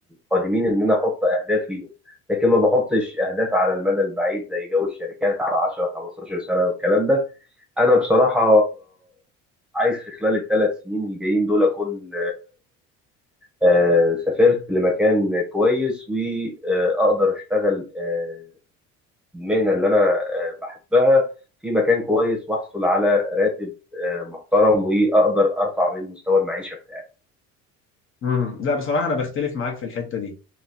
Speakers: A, in the centre; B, on the left.
A: القادمين إن أنا أحط أهداف ليهم لكن ما بحطش أهداف على المدى البعيد زي جو الشركات على 10 15 سنة والكلام ده أنا بصراحة عايز في خلال الثلاث سنين الجايين دول أكون آه، سافرت لمكان كويس وأقدر أشتغل آه، المهنة اللي أنا آه، بحبها في مكان كويس وأحصل على راتب آه، محترم وأقدر أرفع من مستوى المعيشة بتاعي.
B: امم لا بصراحة أنا بختلف معاك في الحتة دي،